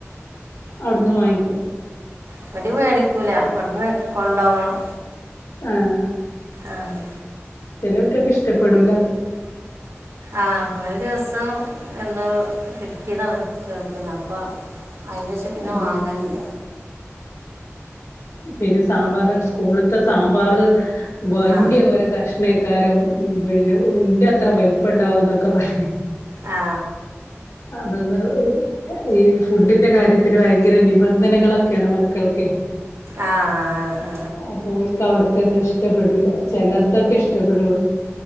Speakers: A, on the left; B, on the right.
A: അവിടുന്ന് വാങ്ങിക്കും
B: ഇവിടെ മേടിക്കൂല ഇവിടുന്ന് കൊണ്ടോവണം
A: ആഹ്
B: ആഹ്
A: ചില കുട്ടികൾകൊക്കെ ഇഷ്ടപ്പെടൂല അത്
B: ആഹ് ഒരു ദിവസം എന്തോ കിട്ടിയതാണ് ചോറ്റുന്ന അപ്പൊ അയിന് ശേഷം പിന്നെ
A: ആ
B: വാങ്ങലില്ല
A: പിന്നെ സാമ്പാറ് സ്കൂളത്തെ സാമ്പാർ വലിയ
B: ആ
A: ഓരോ കഷ്ണ കാരം ഉ പിന്നെ ഇന്റെ അത്ര വലിപ്പം ഉണ്ടാവുംന്നൊക്കെ പറ
B: ആ
A: അതൊന്ന് ഈ ഫുഡിന്റെ കാര്യത്തിന് ഭയങ്കര നിബന്ധനകളൊക്കെയാണ് മക്കൾക്കെ
B: ആ ആ
A: ആ പോലിക്ക അവിടുത്ത്ന്ന് ഇഷ്ടപ്പെടൂല ചെലദൊക്കെ ഇഷ്ടപ്പെടുള്ളു